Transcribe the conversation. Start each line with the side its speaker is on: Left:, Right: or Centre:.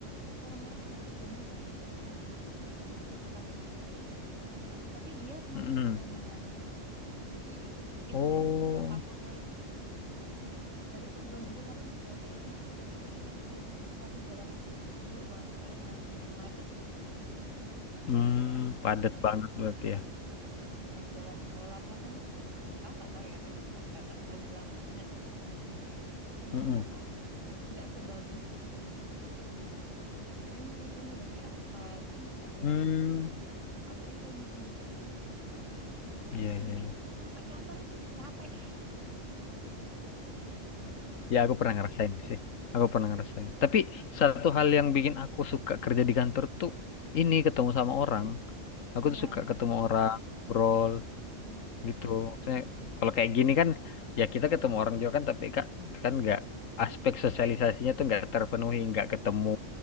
Right: orang-orang yang kerjanya di bisa disebut kota Gresik gitu ya. Tapi dia rumahnya
Left: mm-mm.
Right: di Lamongan. Jadi itu
Left: Oh,
Right: dari beberapa kota itu dari Tuban juga kadang juga ada yang kerja di Gresik. Jadi satu jalan itu full banget kalau pagi dan macet.
Left: hmm,
Right: Jadi kayak
Left: padat
Right: eh,
Left: banget berarti ya.
Right: ya. dan jalan kalau Lamongan sih, aku nggak tahu ya kalau di tempat kakak. Kalau di Lamongan <laughs> jalannya
Left: Mm-mm.
Right: tuh nggak sebagus itu. Jadi meskipun udah di aspal itu masih ada
Left: Hmm,
Right: yang bolong-bolong. Apalagi kalau musim hujan gini.
Left: iya,
Right: Jadi
Left: iya. iya.
Right: sampai kantor itu capek. <laughs> Capek banget.
Left: Ya, aku pernah ngerasain sih. Aku pernah ngerasain. Tapi satu
Right: Mhm.
Left: hal yang bikin aku suka kerja di kantor tuh ini ketemu sama orang. Aku
Right: Iya,
Left: tuh suka ketemu orang, ngobrol
Right: Mhm.
Left: gitu. Maksudnya kalau kayak gini kan ya kita ketemu orang juga kan tapi kan kan nggak aspek sosialisasinya tuh nggak terpenuhi, nggak ketemu,